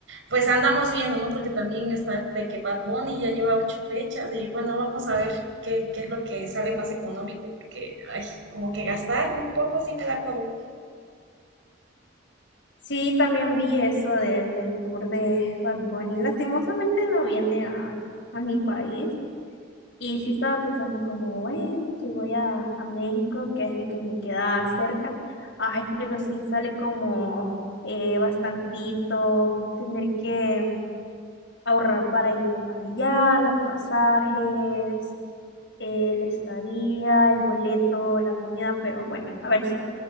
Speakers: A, on the right; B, on the left.
A: pues andamos viendo, ¿no? Porque también está de que Bad Bunny ya lleva ocho fechas y bueno, vamos a ver qué, qué es lo que sale más económico, porque, ay, como que gastar un poco sí me da codo.
B: Sí, también vi eso de- del tour de Bad Bunny. Lastimosamente no viene a, a mi país. Y sí estaba pensando como, bueno, si voy a, a México, que es el que me queda cerca. Ay, pero sí sale como eh, bastantito tener que ahorrar para irme para allá, los pasajes, el estadía, el boleto, la comida. Pero bueno, a ver si